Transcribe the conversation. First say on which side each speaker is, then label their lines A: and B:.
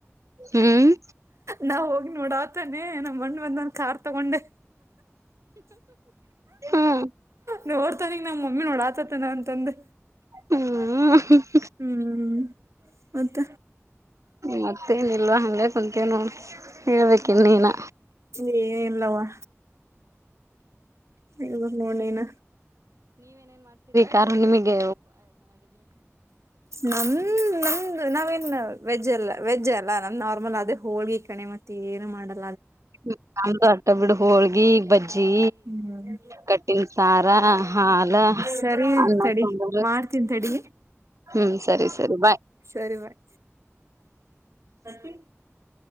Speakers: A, on the right (about 85°); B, on the right (about 70°).
A: ಹ್ಮ್
B: ನಾವ್ ಹೋಗಿ ನೋಡು ಆತಾನೇ ನಮ್ಮ ಮಣ್ಣ್ ಬಂದ ಒಂದ ಕಾರ್ ತಗೊಂಡೆ
A: ಹ್ಮ್
B: ನೀೋಡ್ತಾನಗ್ ನಮ್ಮ ಮಮ್ಮಿ ನೋಡಾತ ನನ್ ತಂದೆ
A: ಹ್ಮ
B: ಹ್ಮ್ ಮತ್ತ
A: ಮತ್ತೇನ ಇಲ್ವಾ ಹಂಗೇ ಕುತ ನೋ ಹೇಳ್ಬೇಕಿ ಇನ್ನನ
B: ನೀ ಏ ಇಲ್ಲವಾ ಇ ನೋಡೇನ
A: ಕಾರ ನಿಮಗೆ
B: ನಮ್ಮ್ ನಮ್ ನಾವೇನ್ ವೆಜ್ ಅಲ್ಲ ವೆಜ್ ಅಲ್ಲ ನಾ ನಾರ್ಮಲ್ ಅದೇ ಹೋಳ್ಗಿ ಕಣೆ ಮತ್ ಏನೆ ಮಾಡದ್
A: ನಮ್ದು ಅಷ್ಟ ಬಿಡು ಹೋಳ್ಗಿ ಬಜ್ಜಿ
B: ಹ್ಮ್
A: ಕಟ್ಟಿನ ಸಾರ ಹಾಲ
B: ಸರಿ
A: ಅನ್ನ
B: ತಡಿ
A: ಸಾಂಬಾರು
B: ಮಾಡ್ತೀನ್ ತಡಿ.
A: ಹ್ಮ್ ಸರಿ ಸರಿ ಬಾಯ್.
B: ಸರಿ ಬಾಯ್ ಹಿ